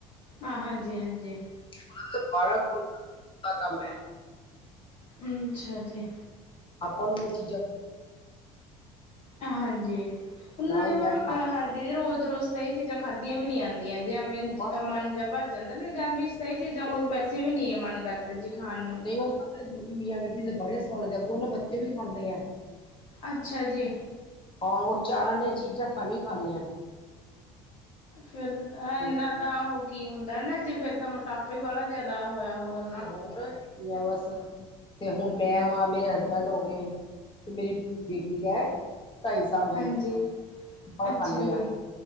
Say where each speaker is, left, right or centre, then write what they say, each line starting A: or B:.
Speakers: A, on the left; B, on the left.
A: ਹਾਂ ਹਾਂਜੀ-ਹਾਂਜੀ
B: ਉਨਾਂ ਦਾ ਬਾੜਾ <unintelligible> ਕੰਮ ਐ।
A: ਅੱਛਾ ਜੀ।
B: ਆਪ ਨੂੰ ਏ ਚੀਜ਼ਾਂ
A: ਹਾਂਜੀ ਉਨਾਂ
B: ਨਾ
A: ਲਈ
B: ਹੀ
A: ਮੈਮ
B: ਮੈਂ ਖਾ
A: ਹਾਂਜੀ ਰੋਜ਼-ਰੋਜ਼ ਤਾਂ ਏ ਚੀਜ਼ਾਂ ਖਾਧੀਆਂ ਵੀ ਨਈ ਜਾਂਦੀਆਂ। ਜੀ ਹਾਂਜੀ
B: ਬਸ
A: ਮਨ ਜਿਹਾ ਭਰ ਜਾਂਦਾ ਗਰਮੀ 'ਚ ਤਾਂ ਈ ਜੇ ਚੀਜਾਂ
B: ਉਹ
A: ਆਊਂ ਵੈਸੇ ਵੀ ਨੀ ਆ ਮਨ ਕਰਦ ਤੇ ਜੀ ਖਾਣ ਨੂੰ
B: ਓ ਦੇ ਦੋਨ ਮੀਆਂ ਬੀਬੀ ਦੇ ਬੜੇ ਸੌਣ ਦੇ ਅੱਗੋ ਬੱਚੇ ਵੀ ਖਾਂਦੇ ਆ।
A: ਅੱਛਾ ਜੀ।
B: ਹਾਂ ਓ ਚਾਰਾਂ ਨੇ ਚੀਜ਼ਾਂ ਖਾਣੀ ਈ ਖਾਣੀਆਂ।
A: ਫਿਰ
B: ਤੇ
A: ਐ ਇਨਾ ਤਾਂ ਓ ਕੀ ਹੁੰਦਾ ਨਾ ਜੇ ਫਿਰ ਤਾਂ ਮੋਟਾਪਾ ਈ ਬੜਾ ਜਾਦਾ ਹੋਇਆ ਹੋਰ
B: ਤੇ ਹੋਰ ਕੀ ਆ ਬਸ ਤੇ ਹੁਣ ਮੈਂ ਵਾਂ ਮੇਰੇ ਹਸਬੈਂਡ ਹੋ ਗਏ ਤੇ ਮੇਰੀ ਬੇਟੀ ਐ। ਢਾਈ ਸਾਲ ਦੀ
A: ਹਾਂਜੀ
B: ਤਾਂ
A: ਅੱਛਾ
B: ਖਾਂਣੇ
A: ਜੀ
B: ਆਂ।